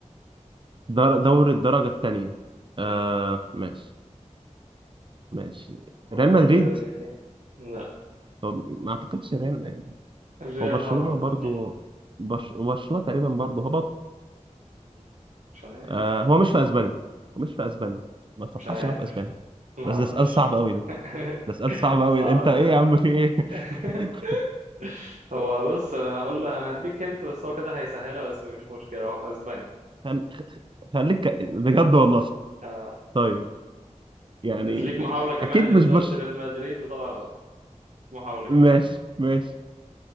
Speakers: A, on the right; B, on the right.
A: در... دوري الدرجة الثانية آه
B: مم.
A: ماشي ماشي
B: فكر
A: ريال مدريد
B: كده ليه لا
A: هو ما اعتقدش ريال
B: الريال
A: هو برشلونة
B: هبط
A: برضو
B: مرة
A: برش... برشلونة تقريبا برضو هبط
B: مم. مش عارف
A: آه هو مش في اسبانيا هو مش في اسبانيا ما اتوقعش
B: مش عارف
A: انه في اسبانيا
B: ما
A: بس
B: اعرفش
A: ده سؤال صعب قوي ده
B: <laughs>
A: ده سؤال صعب قوي
B: صعب
A: انت ايه يا عم في ايه
B: <laughs>
A: <laughs>
B: هو بص انا هقول له انا هديك انت بس هو كده هيسهلها بس مش مشكلة هو في اسبانيا
A: خل... خليك بجد والله
B: آه.
A: طيب يعني
B: بس ليك محاولة كمان
A: اكيد
B: عشان
A: مش
B: انت
A: برش
B: قلت ريال مدريد وطلع غلط محاولة كمان
A: ماشي
B: يلا
A: ماشي